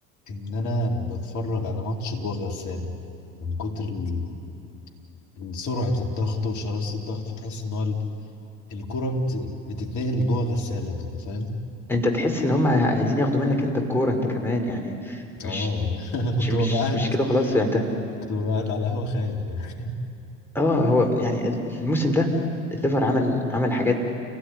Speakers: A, on the left; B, in the centre.
A: إن أنا بتفرج على ماتش جوه غسالة من كتر ال- ال- سرعة الضغط وشراسة الضغط فتحس إن هو ال- الكرة بت... بتتنقل جوه غسالة كده فاهم؟
B: انت تحس ان هم عايزين ياخدوا منك انت الكوره انت كمان يعني
A: آه
B: مش
A: <laughs> كنت
B: مش مش
A: ببقى قاعد
B: مش كده خلاص يعني انت
A: كنت ببقى قاعد على القهوة خايف يعني
B: اه هو يعني الموسم ده الليفر عمل عمل حاجات